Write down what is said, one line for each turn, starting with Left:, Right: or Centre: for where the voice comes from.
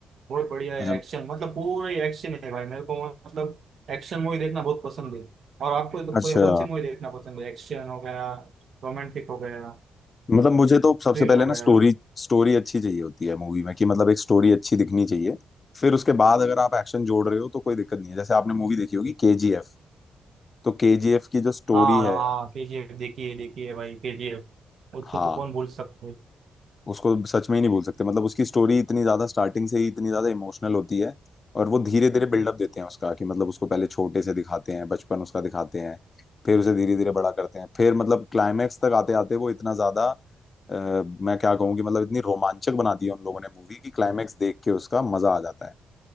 Right: बहुत बढ़िया है
Left: मतलब
Right: एक्शन मतलब पूरा ही एक्शन है भाई मेरे को मतलब एक्शन मूवी देखना बहुत पसंद है और आपको तो कोई
Left: अच्छा
Right: कौन सी मूवी देखना पसंद है एक्शन हो गया रोमांटिक हो गया
Left: मतलब मुझे तो सबसे
Right: थ्रिल
Left: पहले
Right: हो
Left: ना
Right: गया
Left: स्टोरी स्टोरी अच्छी चाहिए होती है मूवी में कि मतलब एक स्टोरी अच्छी दिखनी चाहिए फिर उसके बाद अगर आप एक्शन जोड़ रहे हो तो कोई दिक्कत नहीं है जैसे आपने मूवी देखी होगी केजीएफ तो केजीएफ की जो स्टोरी
Right: हाँ
Left: है
Right: हाँ केजीएफ देखिए देखिए भाई केजीएफ उसको
Left: हाँ
Right: तो कौन भूल सकता है
Left: उसको सच में ही नहीं भूल सकते मतलब उसकी स्टोरी इतनी ज्यादा स्टार्टिंग से ही इतनी ज्यादा इमोशनल होती है और वो धीरे धीरे बिल्डअप देते हैं उसका कि मतलब उसको पहले छोटे से दिखाते हैं बचपन उसका दिखाते हैं फिर उसे धीरे धीरे बड़ा करते हैं फिर मतलब क्लाइमैक्स तक आते आते वो इतना ज्यादा अ, मैं क्या कहूँ कि मतलब इतनी रोमांचक बना दी है उन लोगों ने मूवी कि क्लाइमैक्स देख के उसका मजा आ जाता है